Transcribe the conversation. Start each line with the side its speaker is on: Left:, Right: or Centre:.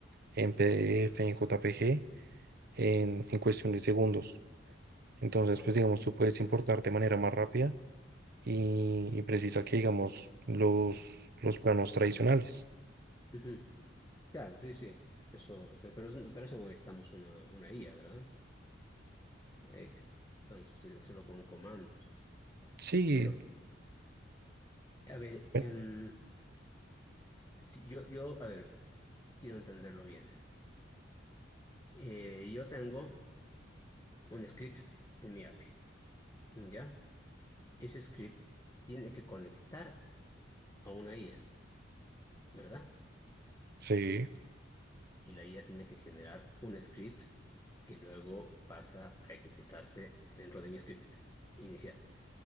Right: en PDF, en JPG, en, en cuestión de segundos. Entonces,
Left: me
Right: pues,
Left: acuerdo.
Right: digamos, tú puedes importar de manera más rápida y, y precisa que, digamos, los, los planos tradicionales.
Left: Ujú. Claro, sí, sí. Eso, eso- pero es- para eso no necesitamos una, una IA, ¿verdad? Ex- vamos a usted- hacerlo con comandos.
Right: Sí,
Left: Pero, a ver,
Right: bueno,
Left: em, si yo, yo, a ver, quiero entenderlo bien. Eh, yo tengo un script en mi API, ¿ya? ese script tiene que conectar a una IA, ¿verdad?
Right: sí,
Left: Y la IA tiene que generar un script que luego pasa a ejecutarse dentro de mi script inicial.